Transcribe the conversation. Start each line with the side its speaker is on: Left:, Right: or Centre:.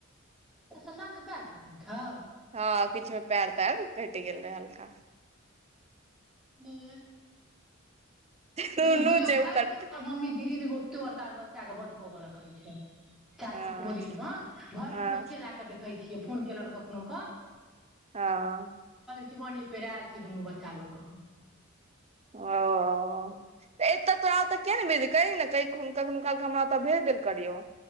Centre: त शशांक के पैर कटल छै
Right: हँ किछ में पैर तैर कटि गेल रहे हल्का
Centre: ह
Right: नुनू
Centre: देख बुझियो
Right: छै
Centre: भरि
Right: ओ करतै
Centre: दिन ओकर मम्मी ग्रिल में ओतो बड़का बच्चा के बन्द कऽ के रखै छै चाची
Right: हँ
Centre: कुमरिक में भरि
Right: हँ
Centre: दिन बच्चे ला क देखै छियै फोन केलनि कखनो कऽ
Right: हँ
Centre: शिमानी पेरायल छी दुनू बच्चा लऽ क हम
Right: ओ तऽ एतऽ तोरा ओतऽ किया नहि भेजी ने क कखनो कालके हमरा ओतऽ भेज देल करियौ